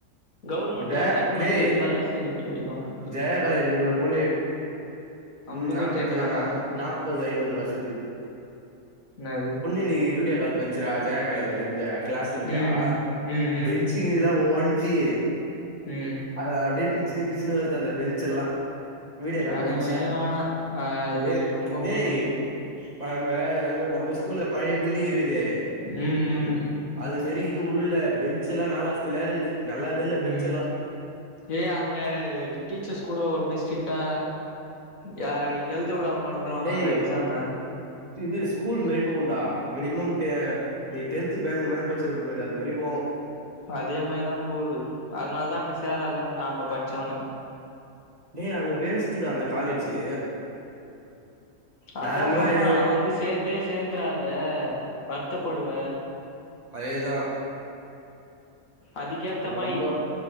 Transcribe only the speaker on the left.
கவுர்மண்ட்டு
யாரு ரெக்கமண்ட்டு
இருந்தா தா சீட்டு கெடைக்கு அங்க
அம்பதோ
கேக்குறானுங்க
என்னாது
ம் ம் ம் ம்
ம்
வேணவே
வேணா அது
ரொம்ப
ம
ம் ம்
ம் ஏ அங்க டீச்சர்ஸ் கூட ஒரு மாரி ஸ்ரிட்டா யா எழுத விடாம பண்றவாங்கலாடா
எக்ஸாம
அதே மாரிதா போகுது அதுனால தா அங்க சேராதன்ட்டா அங்க பச்சவனே
அதா
சொன்னா
வந்து சேந்தே சேந்துராத வருத்தப்படுவ
அதுக்கேத்த மாயி